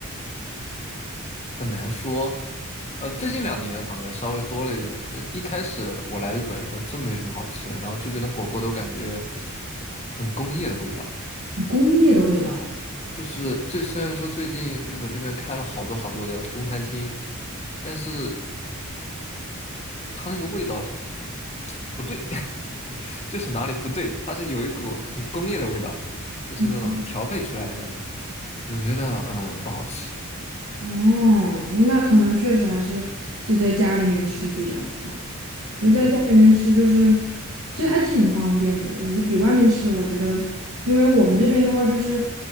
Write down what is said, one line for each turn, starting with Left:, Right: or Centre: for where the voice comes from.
Left: 很难说，呃，最近两年好像稍微多了一点。那一开始我来日本的时候，真没什么好吃的，然后这边的火锅都感觉很工业的味道。
Right: 工业的味道。
Left: 就是最虽然说最近日本这边开了好多好多的中餐厅，但是它那个味道就不对，<laughs> 就是哪里不对，它是有一股很工业的味道，就是那种调配出来的感觉，
Right: 嗯
Left: 我就觉得嗯不好吃。
Right: 哦，那可能确实还是自己在家里面吃比较好，因为在家里面吃就是
Left: 嗯，对，然
Right: 其实还挺方便的，就比外面吃，我觉得，因为我们这边的话就是，